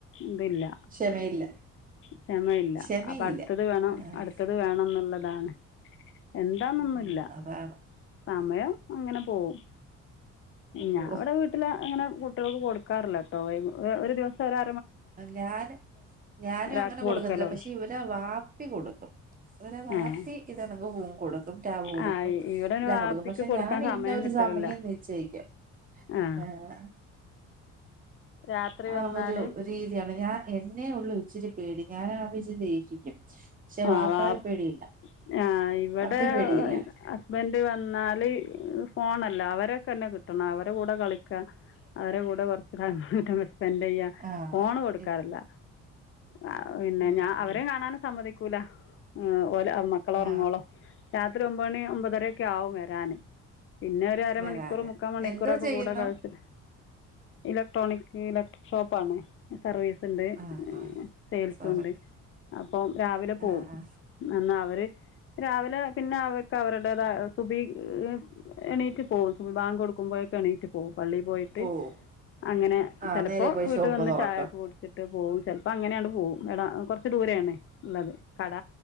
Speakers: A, on the left; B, on the right.
A: ഇതില്ല
B: ക്ഷമയില്ല
A: ക്ഷമയില്ല
B: ക്ഷമയില്ല
A: അപ്പൊ അടുത്തത് വേണം
B: ആഹ്
A: അടുത്തത് വേണന്നുള്ളത് ആണ് എന്താന്നൊന്നും
B: ഉം
A: ഇല്ല
B: അതാണ്
A: സമയം അങ്ങനെ പോവും
B: അപ്പൊ
A: ഞാൻ ഇവിടെ വീട്ടിൽ അങ്ങനെ കുട്ടികൾക്ക് കൊടുക്കാറില്ലാട്ടോ ഒരു ദിവസ രാ
B: ഞാൻ ഞാനും
A: ഒരാൾക്ക്
B: അങ്ങനെ കൊടുക്കത്തില്ല
A: കൊടുക്കലുള്ളൂ
B: പക്ഷെ ഇവരെ വാപ്പി കൊടുക്കും ഇവരെ വാപ്പി
A: ആ
B: ഇതെക്കണക്ക് ഫോൺ കൊടുക്കും ടാബ് കൊടുക്കും
A: ആ ഇവിടെ പിന്നെ
B: എല്ലാം
A: വാപ്പിക്ക്
B: കൊടുക്കും പക്ഷെ
A: കൊടുക്കാൻ
B: ഞാൻ ഇന്നൊരു
A: സമയം കിട്ടലില്ല
B: സമയം നിച്ഛയിക്കും
A: ആ
B: ഏഹ്
A: രാത്രി
B: ആ
A: വന്നാൽ
B: ഒരു രീതിയാണ് ഞാൻ എന്നെ ഉള്ളൂ ഇച്ചിരി പേടി ഞാൻ ആവുമ്പോ ഇച്ചിരി ദേഷിക്കും പക്ഷെ
A: ആഹ്
B: വാപ്പായെ പേടിയില്ല
A: ആഹ് ഇവിടെ
B: പപ്പി പേടിയില്ല
A: ഹസ്ബൻഡ് വന്ന നാല് പോണല്ല അവരക്കന്നെ ക് അവരെ കൂടെ കളി ക്ക അവരെ കൂടെ വർ <unintelligible> സ്പെൻഡയ്യാ
B: ആ
A: ഫോണ് കൊടുക്കാറില്ല
B: ഇ-
A: അഹ് പിന്നെ
B: ഉം
A: ഞാൻ അവരെ
B: ഉം
A: കാണാനും സമ്മതി - കുല ഉം ഒ <unintelligible> മക്കൾ ഉറങ്ങോളോ
B: ആ
A: രാ ഒരു ഒമ്പണി ഒമ്പതരൊക്കെ ആവും വരാന് പിന്നെ ഒരരമണിക്കൂർ
B: വരാന്
A: മുക്കാ മണിക്കൂർ
B: എന്തോ
A: ഒക്കെ
B: ചെയ്യുന്നു
A: കൂട കളിച് ഇലക്ട്രോണിക് ഇലക്ട്രിക് ഷോപ്പാണ് സർവീസ് ണ്ട്
B: ആ ആ
A: സേൽസുണ്ട്
B: സോറി
A: അപ്പോം രാവിലെ പോവും
B: ആ ആ
A: നന്നാ അവര് രാവിലെ പിന്നെ അവർക്ക് അവര്ടേതായ സുബി <unintelligible> എണീറ്റ് പോവും സുബി ബാങ്ക് കൊടുക്കുമ്പോയെക്കും എണീറ്റ് പോവും പള്ളിൽ പോയിട്ട്
B: പോവും
A: അങ്ങനെ
B: ആ
A: ചെലപ്പോ
B: നേരെ പോയി
A: വീട്ടി
B: ഷോപ്പ്
A: വന്ന്
B: തുറക്കും
A: ചായക്കെ കുടിച്ചി ട്ട് പോം ചെൽപ്പം അങ്ങനെയാണ്ട് പോവും എള കൊർച്ച് ദൂരേണേ ള്ളത് കട